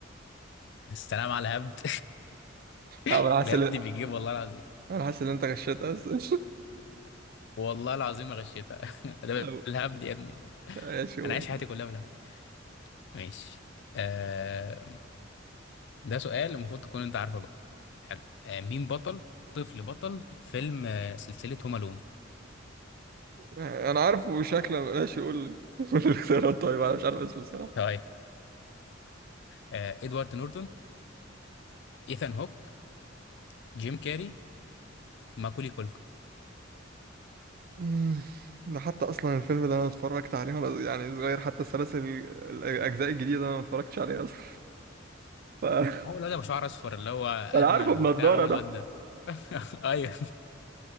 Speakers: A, on the left; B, on the right.
A: <laughs> السلام على الهبد <laughs>
B: لا، انا حاسس
A: الهبد
B: ان
A: بيجيب والله العظيم
B: انا حاسس ان انت غشيت اصلا
A: والله العظيم ما غشيتها <laughs> ده
B: <laughs> أو-
A: بالهبد يا ابني ده
B: ايش يقول
A: انا عايش حياتي كلها بالهبد ماشي آه ده سؤال المفروض تكون انت عارفه بقى حلو آه مين بطل طفل بطل فيلم آه سلسلة هوم الون
B: انا عارفه شكله ايش يقول <laughs> قول الاختيارات طيب انا مش عارف اسمه الصراحه
A: طيب آه ادوارد نورتون ايثان هوك جيم كاري ماكولي كولكن
B: أمم، ده حتى اصلا الفيلم ده انا اتفرجت عليه وانا يعني صغير حتى السلاسل الاجزاء الجديده انا ما اتفرجتش عليها اصلا ف... <laughs>
A: هو الواد ابو شعر اصفر اللي هو ادمن
B: فانا عارفه
A: وبتاع
B: بنضاره
A: هو
B: ده
A: الواد ده <laughs> ايوه